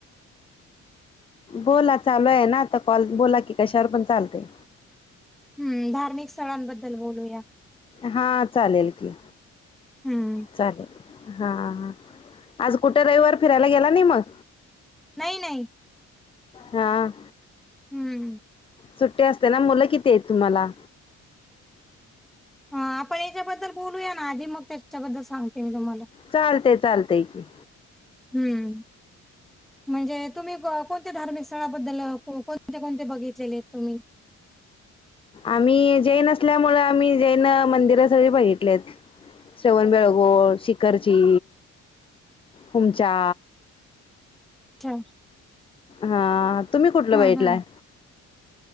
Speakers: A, on the left (about 20°); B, in the centre.
A: बोला चालू आहे ना आता कॉल बोला की कशावर पण चालतंय.
B: हम्, धार्मिक स्थळांबद्दल बोलूया.
A: हा चालेल की
B: हम्म
A: चालेल हा हा आज कुठं रविवार फिरायला गेला नाही मग?
B: नाही, नाही.
A: हा.
B: हम्म
A: सुट्टी असते ना. मुलं किती आहेत तुम्हाला?
B: हा आपण याच्याबद्दल बोलूया ना आधी मग त्याच्याबद्दल सांगते मी तुम्हाला.
A: चालतय चालतय की.
B: हम्म. म्हणजे तुम्ही कोणत्या धार्मिक स्थळाबद्दल कोणते कोणते बघितलेले आहेत तुम्ही?
A: आम्ही जैन असल्यामुळ आम्ही जैन मंदिर सगळी बघितलेत‌. श्रवण बेळगोळ, शिखरची, हुमचा.
B: <unintelligible>
A: हा तुम्ही कुठलं
B: हा
A: बघितलाय?
B: हा